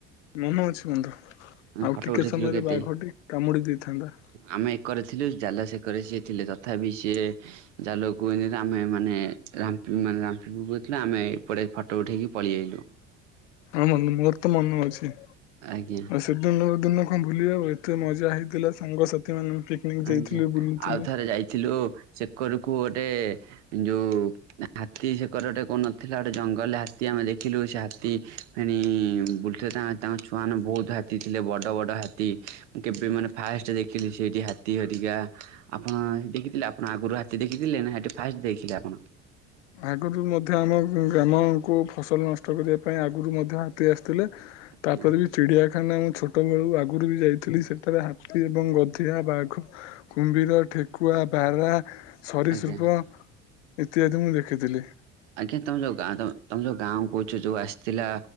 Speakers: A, on the left; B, on the right.
A: ମନେ ଅଛି ବନ୍ଧୁ
B: ଆମେ
A: ଆଉ
B: ଫଟୋ
A: ଟିକେ
B: ଉଠେଇଥିଲୁ
A: ସମୟରେ
B: କେତେ
A: ବାଘ ଟି କାମୁଡି ଦେଇଥାନ୍ତା।
B: ଆମେ ଏକରେ ଥିଲୁ ଜାଲ ସେକରେ ସିଏ ଥିଲେ ତଥାପି ସିଏ ଜାଲ କୁ ଏମିତି ଆମେ ମାନେ ରାମ୍ପି ରାମ୍ପିପକାଉ ଥିଲା ଆମେ ଏପଟେ ଫଟୋ ଉଠେଇକି ପଳେଇେଆଇଲୁ।
A: ହଁ ମ ମୋର ତ ମନେ ଅଛି।
B: ଆଜ୍ଞା।
A: ସେଦିନ ର ଦିନ କଣ ଭୁଲି ହେବ। ଏତେ ମଜା ହେଇଥିଲା ସାଙ୍ଗସାଥି ମାନେ ପିକନିକ
B: ଆଜ୍ଞା
A: ଯାଇଥିଲୁ ବୁଲୁଥିଲେ।
B: ଆଉ ଥରେ ଯାଇଥିଲୁ ସେକରକୁ ଗୋଟେ ଯୋଉ ହାତୀ ସେକର ଗୋଟେ କୋଉ ନଥିଲା ଗୋଟେ ଜଙ୍ଗଲରେ ହାତୀ ଆମେ ଦେଖିଲୁ ସେ ହାତୀ ଫେଣି ବୁଲଥିଲେ ତାଙ୍କ ଛୁଆମାନେ ବହୁତ ହାତୀ ଥିଲେ ବଡ଼ ବଡ଼ ହାତୀ କେବେ ମାନେ ଫାଷ୍ଟ ଦେଖିଲି ସେଇଠି ହାତୀ ହେରିକା। ଆପଣ ଦେଖିଥିଲେ ଆପଣ ଆଗରୁ ହାତୀ ଦେଖିଥିଲେ ନା ହେଠି ଫାଷ୍ଟ ଦେଖିଲେ ଆପଣ?
A: ଆଗରୁ ମଧ୍ୟ ଆମ ଗ୍ରାମକୁ ଫସଲ ନଷ୍ଟ କରିବା ପାଇଁ ଆଗରୁ ମଧ୍ୟ ହାତୀ ଆସିଥିଲେ।
B: ଆଜ୍ଞା
A: ତାପରେ ବି ଚିଡ଼ିଆଖାନା ମୁଁ ଛୋଟବେଳୁ ଆଗରୁ ବି ଯାଇଥିଲି ସେଠାରେ ହାତୀ ଏବଂ ଗଧିଆ, ବାଘ କୁମ୍ଭୀର, ଠେକୁଆ, ବାରାହା, ସରିସୃପ
B: ଆଜ୍ଞା।
A: ଇତ୍ୟାଦି ମୁଁ ଦେଖ ଖିଥିଲି।
B: ଆଜ୍ଞା ତମେ ଯୋଉ ଗାଁ ତମେ ଯୋଉ ଗାଁ କହୁଛ ଯୋଉ ଆସିଥିଲା